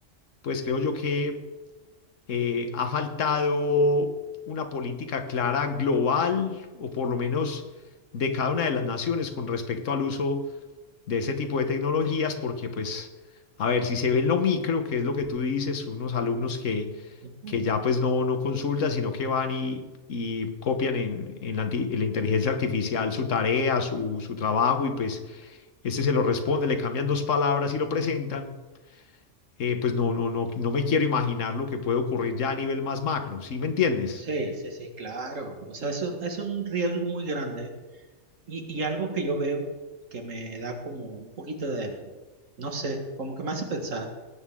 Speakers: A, on the left; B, on the right.
A: Pues creo yo que eh, ha faltado una política clara global, o por lo menos de cada una de las naciones con respecto al uso de ese tipo de tecnologías, porque pues, a ver, si se ve en lo micro, que es lo que tú dices, unos alumnos que,
B: Ujú.
A: que ya pues no, no consultan, sino que van y, y copian en, en la, anti- en la inteligencia artificial su tarea, su, su trabajo, y pues este se lo responde, le cambian dos palabras y lo presentan. eh, pues no, no, no, no me quiero imaginar lo que puede ocurrir ya a nivel más macro, ¿sí me entiendes?
B: Sí, sí, sí, claro. O sea, es un, es un riesgo muy grande y, y algo que yo veo que me da como un poquito de, no sé, como que me hace pensar,